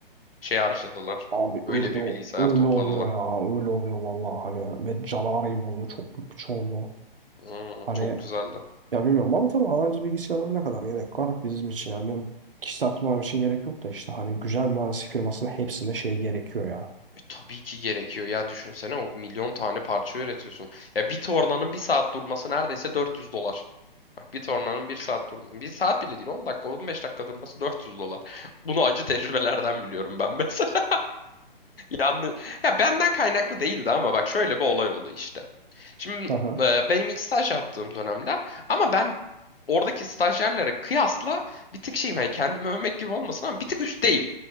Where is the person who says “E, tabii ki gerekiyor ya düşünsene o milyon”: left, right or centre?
Left